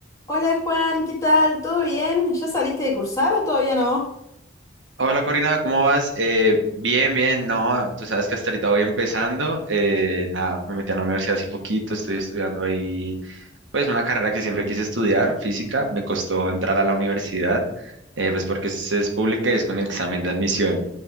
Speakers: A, on the left; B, on the right.
A: Hola Juan, ¿qué tal? ¿Todo bien? ¿Ya saliste de cursar o todavía no?
B: Hola Corina, ¿cómo vas? Eh, bien, bien, no, tú sabes que hasta ahorita voy empezando, eh, nada, me metí a la universidad hace poquito, estoy estudiando ahí, pues una carrera que siempre quise estudiar, física, me costó entrar a la universidad, eh, pues porque es, es pública y es con el examen de admisión,